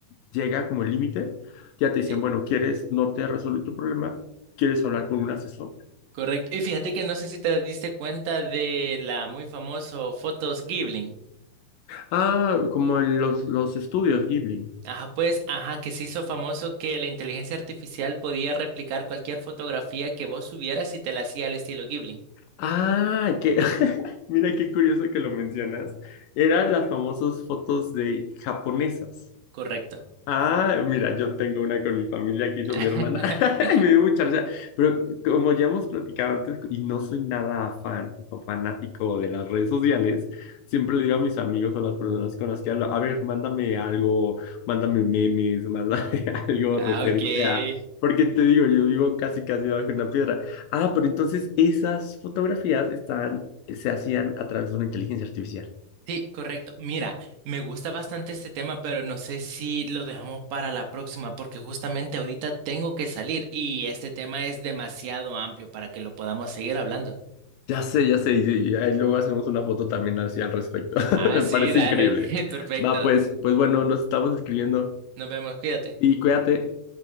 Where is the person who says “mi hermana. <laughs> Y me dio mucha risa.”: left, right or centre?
Left